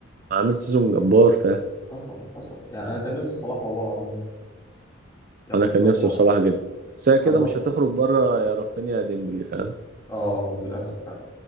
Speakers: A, on the right; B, on the left.
A: عامل سيزون جبار فاهم
B: حصل حصل يعني انا كان نفسي صلاح والله العظيم ياخد
A: انا كان نفسي
B: ابطال
A: بصراحه جدا بس هي كده
B: طب
A: مش هتخرج بره يا رافينيا يا ديمبلي فاهم
B: اه للاسف فعلا